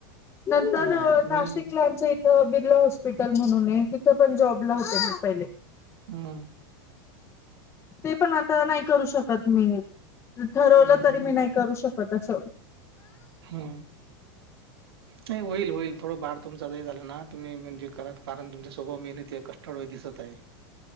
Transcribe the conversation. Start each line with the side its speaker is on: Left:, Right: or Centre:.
Left: नंतर
Right: नाही
Left: नाशिकला
Right: मी
Left: आमचं इथं बिर्ला हॉस्पिटल म्हणून आहे तिथं तिथे पण जाँब ला होते मी पहिले
Right: हम्म
Left: ते पण आता करू शकत मी ठरवलं
Right: हम्म
Left: तरी
Right: हम्म
Left: मी नाही करू शकत अस
Right: हम्म नाही होईल होईल थोडं बार तुमचा झाला ना तुम्ही म्हणजे करा कारण तुमचा स्वभाव मेहनत आहे कष्टमय दिसत आहे <inaudible>